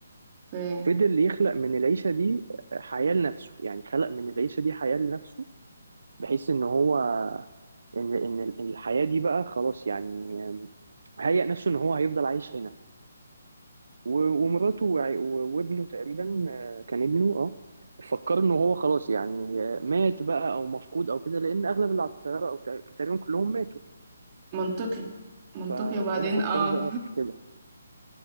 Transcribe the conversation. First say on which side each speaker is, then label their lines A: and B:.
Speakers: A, on the right; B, on the right.
A: إيه.
B: فضل يخلق من العيشة دي حياة لنفسه يعني خلق من العيشة دي حياة لنفسه بحيث ان هو ان ان الحياة دي بقى خلاص يعني هيأ نفسه ان هو هيفضل عايش هنا و- ومراته وع- و- وابنه تقريبا آه، كان ابنه اه فكر ان هو خلاص يعني آه، مات بقى او مفقود او كده لان اغلب اللي على الطيارة او تق- تقريبا كلهم ماتوا
A: منطقي منطقي
B: ف-
A: وبعدين
B: فهم فكروا
A: اه
B: بقى في كده